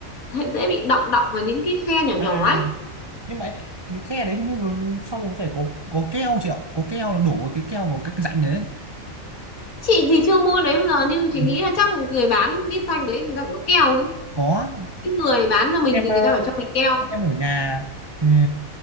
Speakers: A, on the left; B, on the right.
A: hay dễ bị đọng đọng vào những cái khe nhỏ nhỏ
B: À.
A: ấy
B: nhưng mà cái khe đấy hình như là xong rồi phải có có keo chị ạ có keo là đổ vào cái keo vào cái, cái rãnh đấy
A: chị thì chưa mua cái đấy bây giờ nhưng
B: Ừ.
A: chị nghĩ là chắc là người bán cái thanh đấy người ta phải có keo chứ
B: có
A: cái người bán cho mình
B: lúc em
A: thì
B: ờ,
A: người ta phải cho mình keo
B: lúc em ở nhà ừ,